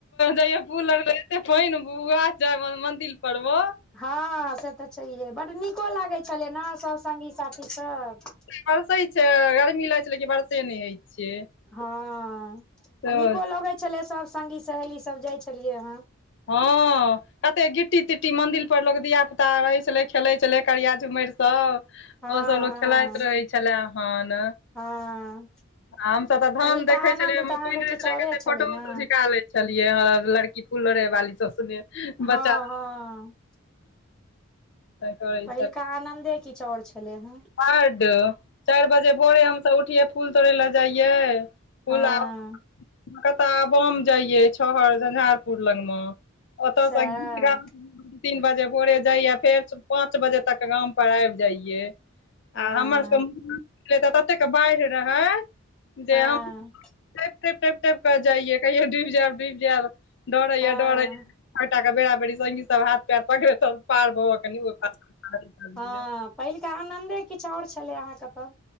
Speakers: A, on the left; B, in the centre.
A: जइय पूल लगल एते पाइन भुभुआ मंदिर पर म।
B: हँ, से तऽ छै, हे बड नीको लागै छलै ने सभ संघी साथी सभ
A: बरसे छै, गर्मी लागै छै, लेकिन वर्षासे नहि होइ छै।
B: हँ,
A: तऽ
B: आ नीको लगैत छ, लै सभ संघि सहेली सभ जाइत छलियै हँ।
A: हँ। कते गिट्टी तिट्टी मंदिर पर लोक धियापुता रहै, छले खेलै छलै करिया झुमरि सभ।
B: हँ
A: ओसभ लोक
B: हँ
A: खेलाइत रहै छला हन।
B: हँ
A: हम सभ तऽ धान
B: पहिलका
A: देखे
B: आनन्द
A: छलियै
B: तऽ अहाँके किछु औरे
A: कते
B: छलै
A: फोटो
B: ने
A: झिका ले। चलियै लड़की फूल लोरहै बाली सभ सुने।
B: हँ,
A: बच्चा
B: हँ।
A: करै
B: पहिलका आनन्दे किछु आउर छलै ह।
A: बड चारि बजे भोरे हम सभ उठिये फूल तोड़े लऽ जाइये। फुला
B: हँ
A: कतऽ बम जाइये छहर झंझारपुर लंग म। ओ तऽ
B: सएह
A: स गीत <unintelligible> तीन बजे भोरे जाइये फेर पाँच बजे तक गामपर आबि जाइये।
B: हँ
A: आ हमर सभके मै तऽ <unintelligible> ततेक बाढ़ि रहै जे
B: हँ
A: हम टैप टपि टपि टप कऽ जाइयै कहियो डुबि जायब डुबि जायब डर होयै
B: हँ
A: डर होयै। कटाके बेरा बेरी संगी सभ हाथ पार पकड़े पार भऽ कनि।
B: हँ पहिलका आनन्दे किछु आउर छलै अहाँकेँ तऽ